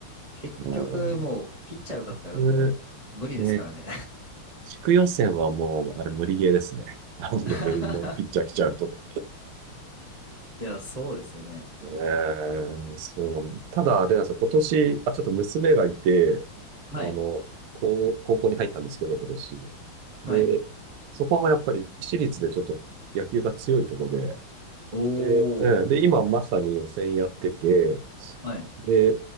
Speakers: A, on the right; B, on the right.
A: 結局、
B: うん。
A: もう、ピッチャーよかったらもう、
B: で、
A: 無理ですからね。
B: ね地区予選はもう、あれ無理ゲーですね。<laughs> あのレベルのピッチャー来ちゃうと。
A: <laughs> いや、そうですよね。
B: えー、そう。ただ、あれなんですよ。今年、あ、ちょっと娘がいて、
A: はい。
B: あの、高、高校に入ったんですけど、今年。で、
A: はい。
B: そこもやっぱり私立でちょっと野球が強いところで、
A: お
B: で、うんで、
A: ー。
B: 今まさに予選やってて、
A: はい。
B: で、